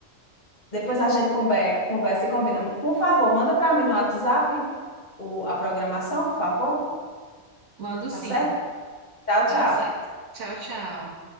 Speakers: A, on the left; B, on the right.
A: Depois a gente combe- conversa e combina. Por favor, manda para mim no WhatsApp o, a programação, por favor.
B: Mando sim,
A: Tá certo? Tchau, tchau.
B: tá certo. Tchau, tchau.